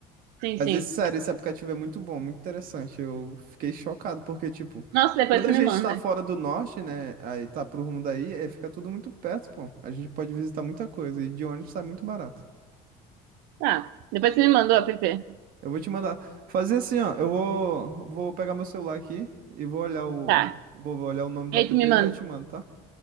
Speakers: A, on the right; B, on the right.
A: Sim,
B: Mas
A: sim.
B: esse, sério, esse aplicativo é muito bom, muito interessante. Eu fiquei chocado, porque, tipo,
A: Nossa, depois
B: quando
A: você
B: a gente
A: me manda.
B: tá fora do norte, né? Aí tá pro rumo daí, é, fica tudo muito perto, pô. A gente pode visitar muita coisa. E de ônibus sai muito barato.
A: Tá, depois você me manda o app.
B: Eu vou te mandar. Fazer assim, ó. Eu vou, vou pegar meu celular aqui e vou olhar o.
A: Tá,
B: Vou vou olhar o nome do
A: e
B: app
A: aí tu me
B: e
A: manda.
B: já te mando, tá?